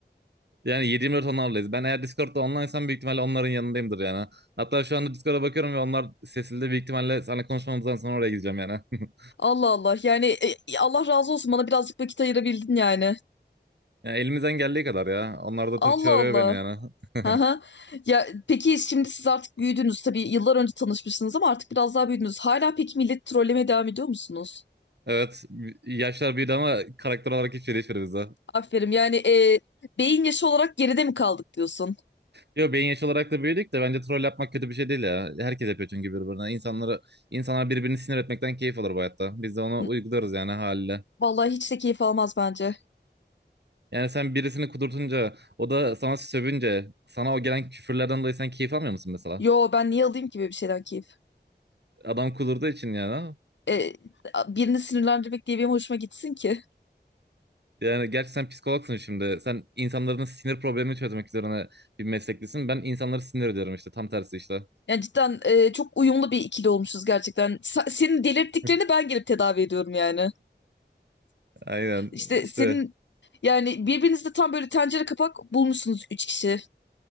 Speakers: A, on the right (about 70°); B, on the left (about 85°).
A: Yani 7-24 onlarlayız. Ben eğer Discord'da onlinesam büyük ihtimalle onların yanındayımdır yani. Hatta şu anda Discord'a bakıyorum ve onlar sesli de büyük ihtimalle seninle konuşmamızdan sonra oraya gideceğim yani. <laughs>
B: Allah Allah yani e, e, Allah razı olsun bana birazcık vakit ayırabildin yani.
A: Yani elimizden geldiği kadar ya. Onlar da
B: Allah
A: tabii çağırıyor
B: Allah.
A: beni yani. <laughs>
B: Aha. Ya peki şimdi siz artık büyüdünüz tabii yıllar önce tanışmışsınız ama artık biraz daha büyüdünüz. Hala peki millet trollemeye devam ediyor musunuz?
A: Evet. Yaşlar büyüdü ama karakter olarak hiçbir şey değişmedi bizde.
B: Aferin yani e, beyin yaşı olarak geride mi kaldık diyorsun?
A: Yo beyin yaş olarak da büyüdük de bence troll yapmak kötü bir şey değil ya. Herkes yapıyor çünkü birbirine. İnsanları, insanlar birbirini sinir etmekten keyif alır bu hayatta. Biz de onu
B: N-
A: uygularız yani haliyle.
B: Vallahi hiç de keyif almaz bence.
A: Yani sen birisini kudurtunca, o da sana sövünce, sana o gelen küfürlerden dolayı sen keyif almıyor musun mesela?
B: Yo ben niye alayım ki böyle bir şeyden keyif?
A: Adam kudurduğu için yani.
B: e, birini sinirlendirmek diye benim hoşuma gitsin ki.
A: Yani gerçi sen psikologsun şimdi. Sen insanların sinir problemini çözmek üzerine bir mesleklisin. Ben insanları sinir ediyorum işte. Tam tersi işte.
B: Yani cidden e, çok uyumlu bir ikili olmuşuz gerçekten. Sa- senin delirttiklerini
A: <laughs>
B: ben gelip tedavi ediyorum yani.
A: Aynen.
B: İşte
A: İşte
B: senin yani birbirinizde tam böyle tencere kapak bulmuşsunuz üç kişi.